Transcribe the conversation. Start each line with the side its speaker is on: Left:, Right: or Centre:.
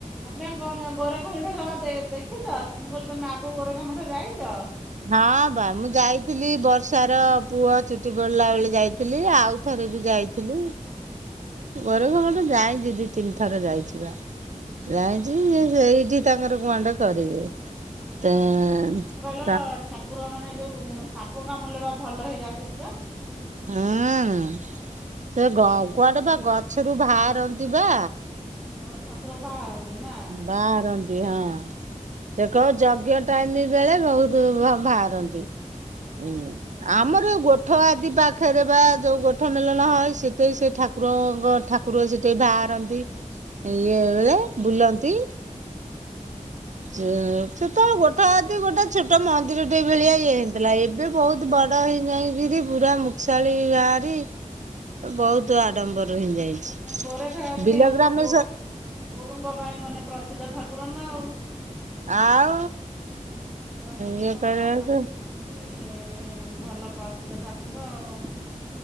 Centre: ତମେ ଗୟା-ଗୋରଖା ମୁଠା ତମେ ଦେ-ଦେଖିଛ? ମୁଁ କହିଲି ତମେ ଆଗରୁ ଗୋରଖା ମୁୁଠା ଯାଇଛ?
Right: ହଁ ବା ମୁଁ ଯାଇଥିଲି। ବର୍ଷାର, ପୁଅ ଚୁଟି ପଡିଲା ବେଳେ ଯାଇଥିଲି। ଥିଲି। ଆଉ ଥରେ ବି ଯାଇଥିଲି। ଗୋରାଖ ଯାଇଛି ।ଦି, ତିନି ଥର ଯାଇଛି ବା। ଜାଇଛି ଯେ ସେଇଠି ତାଙ୍କର କୁଆଡ଼େ କରିବେ। ତ
Centre: ତ ଠାକୁର ମାନେ ଯୋଉ, ସାପ କାମୁଡ଼ିଲେ ବା ଭଲ ହେଇଯାଆନ୍ତି ପୁରା?
Right: ହଁ। ସେ ଗ-କୁଆଡେ ବା ଗଛରୁ ବାହାରନ୍ତି ବା।
Centre: ହ, ଠାକୁର ବାହାରନ୍ତି? ନା
Right: ବାହାରନ୍ତି ହଁ, ସେ କୋଉ ଯ ଯଞ ଟାଇମ ବେଳେ ବହୁତ ବା-ବାହାରନ୍ତି। ହୁଁ
Centre: ଓହୋ।
Right: ଆମର ଗୋ ଠ ଆଦି ପାଖରେ ବା, ଯୋଉ ଗୋଠ ମେଲଣ ହଏ, ସେଠେଇ ସେ ଠାକୁରଙ୍କ ଠାକୁର ସେଠି ବାହା ରନ୍ତି ।ଇଏ ବଳେ ବୁଲନ୍ତି। ସେତେବେଳେ ଗୋଠାଆଦି ଗୋଟେ ଛୋଟ ମନ୍ଦିର ଟିଏ ଭଳିଆ ଇଏ ଥିଲା ଏବେ ବହୁତ ବଡ ହେଇ ଯାଇକିରି ପୁରା ମୁଖସାଳି ବାହାରି ବହୁତ ଆଡମ୍ବର। ହେଇଯାଇଛି।
Centre: ଗୋରେଖ ଆଦି
Right: ବିଲ
Centre: ଆମର
Right: ଗ୍ରାମେଶ
Centre: ଗୋ ଗୋରୁଙ୍କ ପାଇଁ ମାନେ ପ୍ର ପ୍ରସିଦ୍ଧ ଠାକୁର ନା ଆଉ।
Right: ଆଉ।
Centre: ପୁରା ଗୋରୁଙ୍କ
Right: ଇଏ କରିବାକୁ
Centre: ଅ ବିଭୂତି ଇ ଭଲ ପ୍ରସିଦ୍ଧ ଠାକୁର ଆଉ।